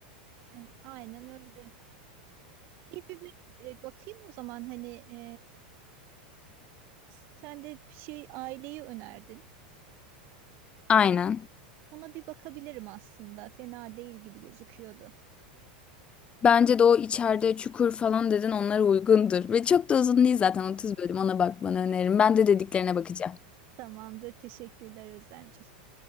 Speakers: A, on the right; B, on the left.
A: Ay- aynen öyle İyi bir, bir, e, bakayım o zaman hani e, sen de bir şey aileyi önerdin
B: Aynen.
A: ona bir bakabilirim aslında fena değil gibi gözüküyordu
B: Bence de o içeride çukur falan dedin onlara uygundur. Ve çok da uzun değil zaten 30 bölüm ona bakmanı öneririm. Ben de dediklerine bakacağım.
A: tamamdır teşekkürler Özlemciğim